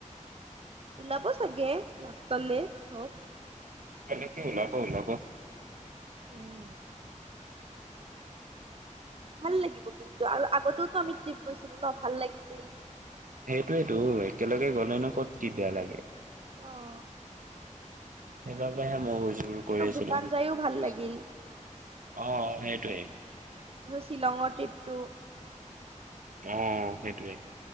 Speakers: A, on the right; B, on the right.
A: ওলাব চাগে, লাষ্টলৈ চব?
B: <unintelligible> ওলাব-ওলাব।
A: উম। ভাল লাগিব কিন্তু আৰু আগতেওতো আমি ট্ৰিপ গৈছিলো ন? ভাল লাগিছিল।
B: সেইটোয়েতো একেলগে গলেনো কত কি বেয়া লাগে?
A: আহ
B: সেইব <unintelligible> <unintelligible> যুৰ কৰি আছিলো।
A: ভূটান
B: অহ-অহ
A: যায়ো ভাল লাগিল
B: সেইটোৱে।
A: শ্বিলঙৰ ট্ৰিপটো।
B: অহ সেইটোৱে,